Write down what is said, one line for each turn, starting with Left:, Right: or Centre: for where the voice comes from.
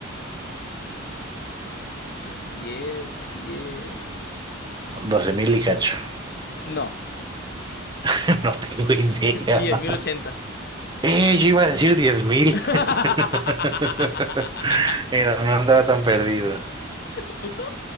Left: Así es, así es.
Right: Doce mil y cacho.
Left: No,
Right: <laughs> No tengo idea.
Left: <laughs> diez mil ochenta.
Right: Eh, yo iba a decir 10.000.
Left: <laughs>
Right: <laughs> Mira, no andaba tan perdido.
Left: Pues no,